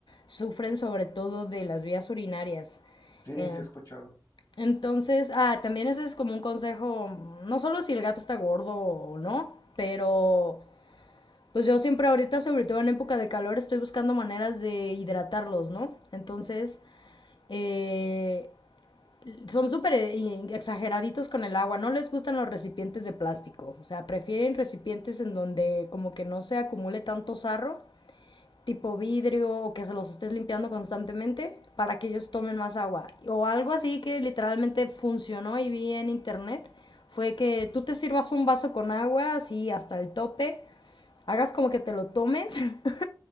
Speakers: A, on the left; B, on the left.
A: sufren sobre todo de las vías urinarias.
B: Sí,
A: Eh,
B: sí he escuchado.
A: entonces, ah, también ese es como un consejo, no solo si el gato está gordo o no, pero pues yo siempre ahorita, sobre todo en época de calor, estoy buscando maneras de hidratarlos, ¿no? Entonces, eh, son súper eh, exageraditos con el agua, no les gustan los recipientes de plástico, o sea, prefieren recipientes en donde como que no se acumule tanto sarro, tipo vidrio o que se los estés limpiando constantemente para que ellos tomen más agua. O algo así que literalmente funcionó y vi en internet fue que tú te sirvas un vaso con agua así hasta el tope, hagas como que te lo tomes <laughs>